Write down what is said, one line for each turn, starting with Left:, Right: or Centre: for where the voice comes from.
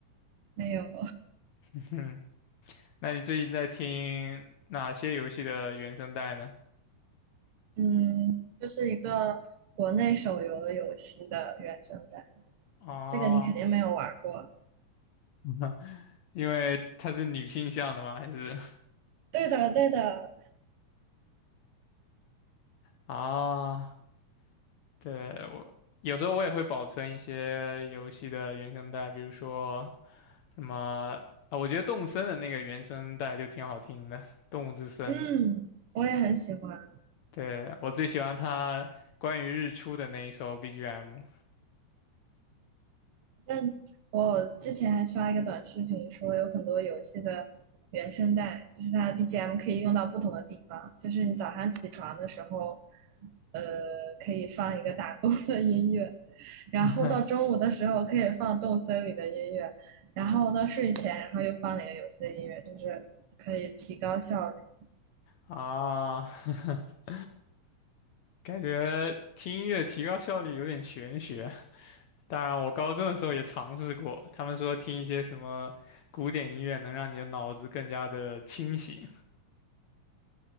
Right: 没有，
Left: <laughs> 嗯，那你最近在听哪些游戏的原声带呢？
Right: <laughs> 嗯，就是一个国内手游游戏的原声带，
Left: 哦，
Right: 这个你肯定没有玩过。
Left: <laughs> 因为它是女性向的吗？还是
Right: 对的，对的，
Left: 啊？<laughs> 对，我有时候我也会保存一些游戏的原声带，比如说什么啊，我觉得动森的那个原声带就挺好听的，《动物之森》。
Right: 嗯，我也很喜欢。
Left: 对，我最喜欢他关于日出的那一首 BGM。
Right: 但我之前还刷一个短视频，说有很多游戏的原声带，就是它的 BGM 可以用到不同的地方，就是你早上起床的时候，呃，可以放一个打工的音乐，然后到中午的时候可以放动森里的音乐，
Left: <laughs>
Right: 然后到睡前，然后又放了一个游戏的音乐，就是可以提高效率。
Left: 啊，<laughs> 感觉听音乐提高效率有点玄学。当然，我高中的时候也尝试过，他们说听一些什么古典音乐能让你的脑子更加的清醒。